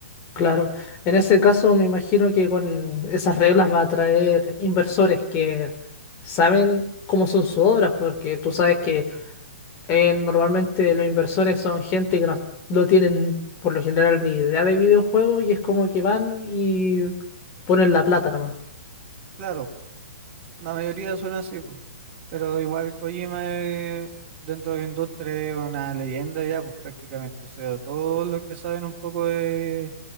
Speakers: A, on the left (about 30°); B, on the right (about 30°).
A: claro.
B: ¿cachai?
A: En ese caso me imagino que con esas reglas va a atraer inversores que saben cómo son sus obras, porque tú sabes que Eh, normalmente los inversores son gente que no, no tienen por lo general ni idea de videojuegos y es como que van y ponen la plata nomás.
B: Claro, La mayoría son así, po. Pero igual Kojima eh, dentro de la industria es una leyenda ya, pues prácticamente. O sea, todos los que saben un poco de